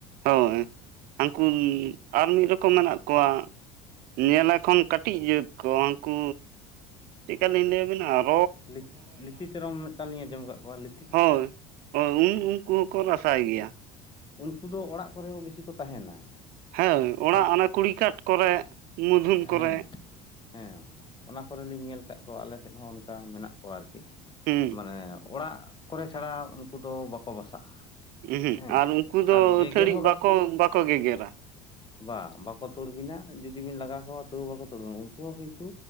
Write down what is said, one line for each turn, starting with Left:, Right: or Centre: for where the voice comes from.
Right: ᱦᱳᱭ ᱦᱟᱱᱠᱩ
Left: ᱦᱩᱸ
Right: ᱟᱨ ᱢᱤᱫ ᱨᱚᱠᱚᱢ ᱢᱮᱱᱟᱜ ᱠᱚᱣᱟ᱾ ᱧᱮᱞᱮ ᱠᱷᱚᱱ ᱠᱟᱹᱴᱤᱡ ᱡᱟᱹᱛ ᱠᱚ ᱩᱱᱠᱩ, ᱪᱮᱫᱠᱟᱞᱤᱧ ᱞᱟᱹᱭᱟᱵᱤᱱᱟ ᱟᱨ᱾
Left: ᱞᱤᱛ ᱞᱤᱛᱤ ᱛᱮᱨᱚᱢ ᱢᱤᱫᱴᱟᱝ ᱞᱤᱧ ᱟᱸᱡᱚᱢ ᱟᱠᱟᱫ ᱠᱚᱣᱟ ᱞᱤᱧ᱾
Right: ᱦᱳᱭ ᱦᱳᱭ ᱩᱱ ᱩᱱᱠᱩ ᱦᱚᱸᱠᱚ ᱨᱟᱥᱟᱭ ᱜᱮᱭᱟ᱾
Left: ᱩᱱᱠᱩ ᱫᱚ ᱚᱲᱟᱜ ᱠᱚᱨᱮ ᱵᱮᱥᱤ ᱠᱚ ᱛᱟᱦᱮᱱᱟ᱾
Right: ᱦᱮᱭ ᱚᱲᱟᱜ
Left: ᱦᱮᱸᱥᱮ
Right: ᱚᱱᱟ ᱠᱩᱲᱤ ᱠᱟᱴ ᱠᱚᱨᱮ ᱢᱩᱫᱷᱩᱢ
Left: ᱦᱮᱸ
Right: ᱠᱚᱨᱮ᱾
Left: ᱦᱮᱸ ᱚᱱᱟ ᱠᱚᱨᱮ ᱞᱤᱧ ᱧᱮᱞ ᱟᱠᱟᱫ ᱠᱚᱣᱟ ᱟᱞᱮ ᱥᱮᱫ ᱦᱚᱸ ᱚᱱᱠᱟ ᱢᱮᱱᱟᱜ ᱠᱚᱣᱟ ᱟᱨᱠᱤ᱾
Right: ᱦᱩᱸ
Left: ᱢᱟᱱᱮ ᱚᱲᱟᱜ ᱠᱚᱨᱮ ᱪᱷᱟᱲᱟ ᱩᱱᱠᱩ ᱫᱚ ᱵᱟᱠᱚ ᱵᱟᱥᱟᱜᱼᱟ᱾
Right: ᱩᱸ ᱦᱩᱸ
Left: ᱦᱮᱸ
Right: ᱟᱨ ᱩᱱᱠᱩ ᱫᱚ
Left: ᱟᱨ ᱜᱮᱜᱮᱨ
Right: ᱟᱹᱛᱷᱟᱹᱲᱤ ᱵᱟᱠᱚ ᱵᱟᱠᱚ ᱜᱮᱜᱮᱨᱟ᱾
Left: ᱵᱟ ᱵᱟᱠᱚ ᱛᱩᱲᱵᱤᱱᱟ ᱡᱩᱫᱤᱵᱤᱱ ᱞᱟᱜᱟ ᱠᱚᱣᱟ ᱛᱟᱹᱣ ᱵᱟᱠᱚ ᱛᱩᱲᱵᱤᱱᱟ᱾ ᱩᱱᱠᱩ ᱦᱚᱸ ᱠᱤᱱᱛᱩ